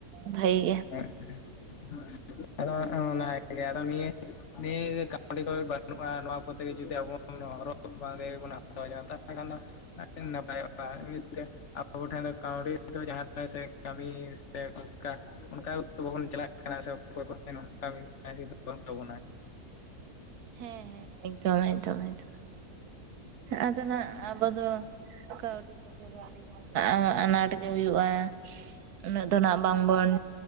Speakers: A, on the right; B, on the left.
A: ᱵᱷᱟᱹᱜᱤ ᱜᱮ᱾
B: <unintelligible> ᱟᱫᱚ ᱚᱱᱟ ᱤᱭᱟᱹ ᱜᱮ <unintelligible> ᱱᱤᱭᱟᱹ ᱠᱟᱹᱣᱰᱤ ᱠᱚ ᱵᱟᱹᱱᱩᱜᱼᱟ ᱱᱚᱣᱟ ᱠᱚᱛᱮ ᱡᱩᱫᱤ ᱟᱵᱚ ᱦᱚᱨᱚᱜ ᱵᱟᱸᱫᱮ ᱵᱚᱱᱟ ᱛᱟᱦᱞᱮ ᱠᱷᱚᱱ ᱫᱚ ᱱᱟᱯᱟᱭᱚᱜᱼᱟ, ᱤᱛᱮ ᱟᱵᱚ ᱠᱚ ᱴᱷᱮᱱ ᱫᱚ ᱠᱟᱹᱣᱰᱤ ᱫᱚ ᱡᱟᱦᱟᱸ ᱥᱮ ᱠᱟᱹᱢᱤ ᱥᱮ ᱚᱱᱠᱟ ᱚᱱᱠᱟ ᱵᱟᱵᱚᱱ ᱪᱟᱞᱟᱜ ᱠᱟᱱᱟ ᱥᱮ ᱚᱠᱚᱭ ᱴᱷᱮᱱ ᱚᱱᱠᱟ ᱫᱚ ᱵᱟᱹᱱᱩᱜ ᱛᱟᱵᱚᱱᱟ᱾
A: ᱦᱮᱸ ᱦᱮᱸ ᱮᱠᱫᱚᱢ ᱮᱠᱫᱚᱢ ᱮᱠᱫᱚᱢ, ᱟᱫᱚᱱᱟᱜ ᱟᱵᱚ ᱫᱚ ᱠᱟᱹᱣᱰᱤ ᱠᱚᱛᱮ ᱫᱚ ᱟᱱᱟᱴ ᱜᱮ ᱦᱩᱭᱩᱜᱼᱟ, ᱩᱱᱟᱹᱜ ᱫᱚ ᱱᱟᱜ ᱵᱟᱝ ᱵᱚᱱ